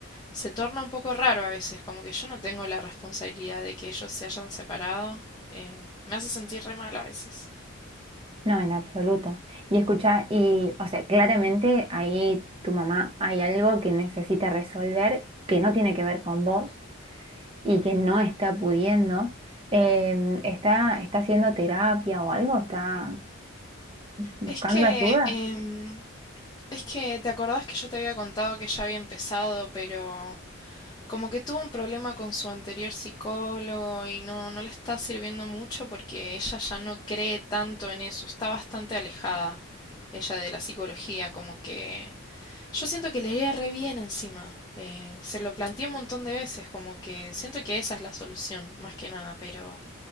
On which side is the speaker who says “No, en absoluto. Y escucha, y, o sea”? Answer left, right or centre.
Right